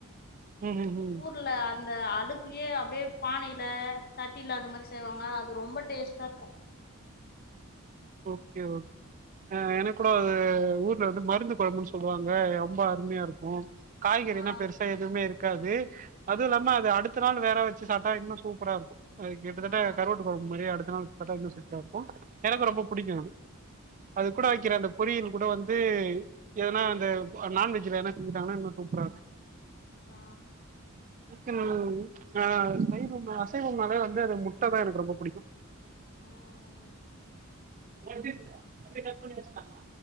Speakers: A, on the right; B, on the left.
A: ம் ம்
B: ஊர்ல அந்த அடுப்லயே அப்டியே பானையில சட்டியில அந்த மாரி செய்வாங்க அது ரொம்ப டேஸ்ட்டா இருக்கு
A: ஓகே ஓகே அ எனக்கு கூட அது ஊர்ல இருந்து மருந்து கொழம்புன்னு சொல்லுவாங்க ரொம்ப அருமையா இருக்கு காய்கறில்லா
B: ஆ
A: பெருசா எதுவுமே இருக்காது
B: ஆ
A: அதுவு இல்லாம அது அடுத் இத்த நாள் வேற வச்சு சாப்டா இன்னு சூப்பரா இருக்கும் அது கிட்டத்தட்ட
B: ஆ
A: கருவாட்டு கொழம் முறைய அடுத்த நாள் வெச்சி சாப்ட்டா இன்னு சூப்பரா இருக்கும் எனக்கு
B: ஆ
A: ரொம்ப புடிக்கும்
B: ம்
A: அது கூட வெக்கிற அந்த பொறியல் கூட வந்து எதனா அந்த நான்வெஜ்ல எதனா செஞ்சுட்டாங்னா இன்னு சூப்பரா இருக்கும்
B: ஆ
A: எனக்கு ஆ சைவம் அசைவம்னாலே வந்து அது முட்ட தா எனக்கு ரொம்ப பிடிக்கும்
B: உம்
A: எப்டி இருக்குது அப்டியே கட்பண்ணி வச்சர்லாமா